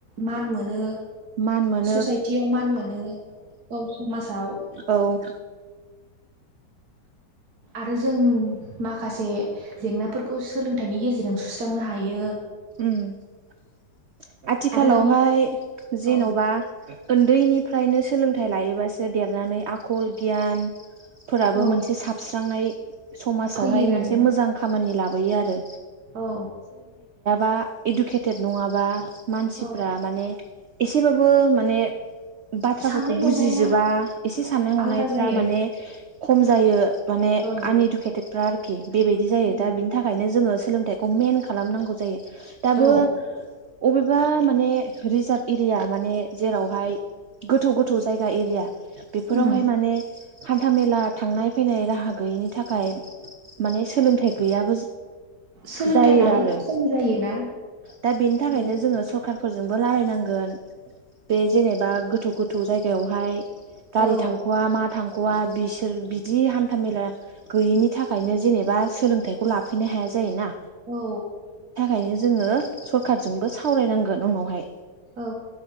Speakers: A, on the right (about 65°); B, on the right (about 85°).
A: मान मोनो।
B: मान मोनो
A: ससाइटियाव मान मोनो औ समाजाव
B: औ
A: आरो जों माखासे जेंनाफोर बेखौ सोलोंथाइनि गेजेरजों सुस्रांनो हायो।
B: ओम आथिखालावहाय
A: आरो
B: जेन'बा
A: औ
B: उन्दैनिफ्रायनो सोलोंथाइ लायोबासो देरनानै आखल गियान फोराबो
A: औ
B: मोनसे साबस्रांनाय समाजावहाय
A: फैयो
B: मोनसे
A: आरोना
B: मोजां खामानि लाबोयो आरो।
A: औ
B: इडुकेटेट नङाबा मानसिफ्रा
A: औ
B: माने एसेबाबो माने बाथ्राफोरखौ
A: साननाय
B: बुजिजोबा
A: हनाया
B: एसे साननाय हनायफ्रा
A: आलादा जायो
B: माने खम जायो माने
A: औ
B: आनइडुकेटेडफ्रा आरोखि बेबायदि जायो
A: औ
B: दा बिनि थाखायनो जोङो। सोलोंथाइखौ मेन खालामनांगौ जायो। दाबो
A: औ
B: अबेबा माने रिजार्भ एरिया माने जेरावहाय गोथौ गोथौ जायगा एरिया बेफोरावहाय
A: उम
B: माने हान्था मेला थांनाय फैनाय राहा गैयैनि थाखाय माने सोलोंथाइ गैयाबो
A: सोलोंथाइ
B: जायो
A: लानाया
B: आरो।
A: खम जायोना
B: दा बेनि थाखायनो
A: औ
B: जोङो सरकार फोरजोंबो रालायनांगोन बे जेनेबा गोथौ गोथौ जायगायावहाय गारि
A: औ
B: थांख'वा मा थांख'वा बिसोर बिदि हान्था मेला गैयिनि थाखायनो जेनेबा सोलोंथाइखौ लाफैनो हाया। हाया जायोना।
A: औ।
B: बेखायनो जोङो सरखारजोंबो सावरायनांगोन उनावहाय
A: औ